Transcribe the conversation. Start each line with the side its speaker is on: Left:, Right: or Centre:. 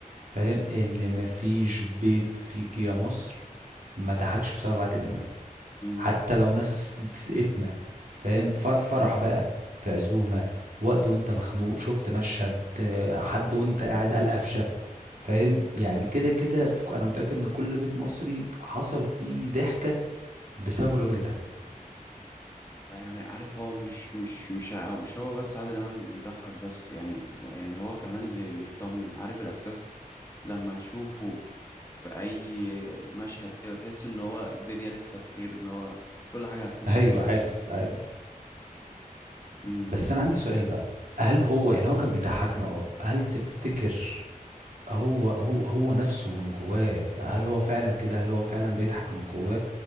Right: فاهم ان مفيش بيت فيك يا مصر ما ضحكش بسبب عادل امام
Left: امم
Right: حتى لو ناس اتمه فاهم
Left: امم
Right: ف- في فرح بقى في عزومه وقت وانت مخنوق شفت مشهد آه، حد وانت قاعد قال قفشه فاهم يعني كده كده في- انا متاكد ان كل بيت مصري حصل فيه ضحكه بسبب الراجل ده
Left: يعني عارف هو مش مش مش هو- مش هو بس عادل امام اللي بيضحك بس يعني يعني هو كمان اللي بيطمن عارف الاحساس لما تشوفه في اي مشهد كده تحس ان هو الدنيا لسه بخير ان هو كل حاجة هتكون
Right: <laughs> ايوه
Left: بخير
Right: عارف عارف
Left: امم
Right: بس انا عندي سؤال بقى هل هو يعني هو كان بيضحكنا اه هل تفتكر هو هو هو نفسه من جواه هل هو فعلا كده هل هو فعلا بيضحك من جواه